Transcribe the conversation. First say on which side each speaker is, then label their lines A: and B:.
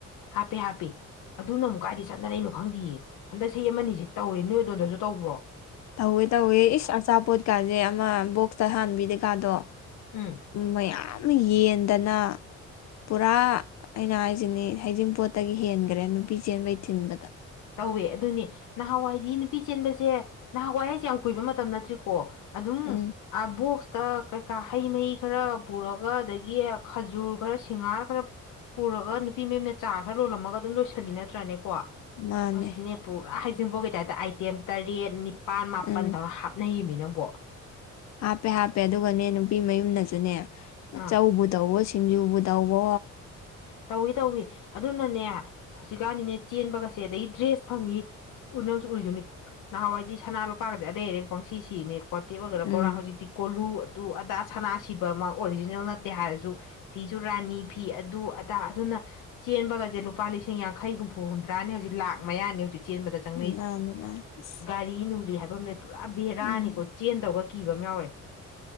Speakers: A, on the left (about 85°); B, on the left (about 60°).
A: ꯍꯥꯞꯄꯦ ꯍꯥꯞꯄꯦ ꯑꯗꯨꯅ ꯑꯃꯨꯛ ꯀꯥꯏꯗꯤ ꯆꯠꯅꯔꯩꯅꯣ ꯈꯪꯗꯌꯦ ꯍꯟꯗꯛ ꯆꯍꯤ ꯑꯃꯅꯤꯅꯤꯁꯤ ꯇꯧꯔꯤ ꯅꯣꯏ ꯑꯗꯣꯝꯗꯁꯨ ꯇꯧꯕ꯭ꯔꯣ
B: ꯇꯧꯋꯦ ꯇꯧꯋꯦ ꯏꯁ ꯑꯆꯥꯄꯣꯠꯀꯥꯁꯦ ꯑꯃ ꯕꯣꯛꯁꯇ ꯍꯥꯟꯕꯤꯗꯦꯀꯥꯗꯣ
A: ꯎꯝ
B: ꯃꯌꯥꯝ ꯌꯦꯟꯗꯅ ꯄꯨꯔꯥ ꯑꯩꯅ ꯍꯥꯏꯁꯤꯅꯤ ꯍꯩꯖꯤꯡꯄꯣꯠꯇꯒꯤ ꯍꯦꯟꯈ꯭ꯔꯦ ꯅꯨꯄꯤ ꯆꯦꯟꯕꯩ ꯊꯤꯟꯕꯗ
A: ꯇꯧꯋꯦ ꯑꯗꯨꯅꯤ ꯅꯍꯥꯟꯋꯥꯏꯗꯤ ꯅꯨꯄꯤ ꯆꯦꯟꯕꯁꯦ ꯅꯍꯥꯟꯋꯥꯏ ꯍꯥꯏꯁꯦ ꯌꯥꯝ ꯀꯨꯏꯕ ꯃꯇꯝ ꯅꯠꯇ꯭ꯔꯤꯀꯣ ꯑꯗꯨꯝ
B: ꯎꯝ
A: ꯑ ꯣꯛꯁ ꯇ ꯀꯩꯀꯥ ꯍꯩ ꯃꯍꯤ ꯈꯔ ꯄꯨꯔꯒ ꯑꯗꯒꯤ ꯈꯖꯨꯔ ꯈꯔ ꯁꯤꯡꯉꯥꯔ ꯈꯔ ꯄꯨ ꯒ ꯅꯨꯄꯤ ꯃꯌꯦꯝꯅ ꯆꯥ ꯈꯔ ꯂꯣꯜꯂꯝꯃꯒ ꯑꯗꯨꯝ ꯂꯣꯏꯁꯜꯂꯤ ꯅꯠꯇ꯭ꯔꯅꯦꯀꯣ
B: ꯃꯥꯅꯦ
A: ꯍꯧꯖꯤꯛꯇꯤꯅꯦ ꯄꯨꯔꯥ ꯍꯥꯏꯖꯟꯐꯥꯎꯒꯤ ꯇꯥꯏꯞꯇ ꯑꯥꯏꯇꯦꯝ ꯇꯔꯦꯠ ꯅꯤꯄꯥꯜ ꯃꯥꯄꯜꯗꯧꯔ
B: ꯎꯝ
A: ꯍꯥꯞꯅꯔꯤꯕꯃꯤꯅꯤ ꯌꯦ ꯄꯣ
B: ꯍꯥꯞꯄꯦ ꯍꯥꯞꯄꯦ ꯑꯗꯨꯒꯅꯦ ꯅꯨꯄꯤ ꯃꯌꯨꯝꯅꯁꯨꯅꯦ
A: ꯑꯥ
B: ꯑꯆꯧꯕ ꯇꯧ ꯇ ꯁꯤꯡꯖꯨꯕꯨ ꯇꯕꯣ
A: ꯇꯧꯏ ꯇꯧꯏ ꯑꯗꯨꯅꯅꯦ ꯍꯧꯖꯤꯛꯀꯥꯟꯅꯤꯅꯦ ꯆꯦꯟꯕꯒꯁꯦ ꯑꯗꯒꯤ ꯗ꯭ꯔꯦꯁ ꯐꯪꯉꯤ ꯎ ꯅꯪꯁꯨ ꯎꯔꯤꯗꯨꯅꯤ ꯅꯍꯥꯟꯋꯥꯏꯗꯤ ꯁ ꯂꯨꯄꯥꯒꯁꯦ ꯑꯔꯩ ꯑꯔꯩ ꯄꯪꯁꯤ ꯁꯤꯅꯦ ꯀꯣꯇꯦꯛ ꯑꯣꯏꯒꯦꯥ
B: ꯎꯝ
A: ꯀꯧꯔꯥ ꯍꯧꯖꯤꯛꯇꯤ ꯀꯣꯂꯨ ꯑꯗꯨ ꯑꯗꯥ ꯁꯅꯥ ꯁꯤꯕ ꯑꯃ ꯑꯣꯔꯤꯖꯤꯅꯦꯜ ꯅꯠꯇꯦ ꯍꯥꯏꯔꯁꯨ ꯐꯤꯁꯨ ꯔꯥꯅꯤ ꯐꯤ ꯑꯗꯨ ꯑꯗꯥ ꯑꯗꯨꯅ ꯆꯦꯟꯕꯒꯁꯦ ꯂꯨꯄꯥ ꯂꯤꯁꯤꯡ ꯌꯥꯡꯈꯩ ꯍꯨꯝꯐꯨ ꯍꯨꯝꯗ꯭ꯔꯥꯅꯦ ꯍꯧꯖꯤꯛ ꯂꯥꯛ ꯃꯌꯥꯅꯤ ꯍꯧꯖꯤꯛ ꯆꯦꯟꯕꯗ ꯆꯪꯅꯩꯁꯦ
B: ꯃꯥꯅꯦ ꯃꯥꯅꯦ ꯑꯁ
A: ꯒꯥꯔꯤ ꯅꯨꯡꯂꯤ ꯍꯥꯏꯕ ꯑꯃ ꯂꯩ ꯄꯨꯔꯥ ꯕꯦꯔꯥꯅꯤꯀꯣ
B: ꯎꯝ
A: ꯆꯦꯟꯗꯧꯕꯒ ꯑꯀꯤꯕ ꯑꯃ ꯌꯥꯎꯔꯦ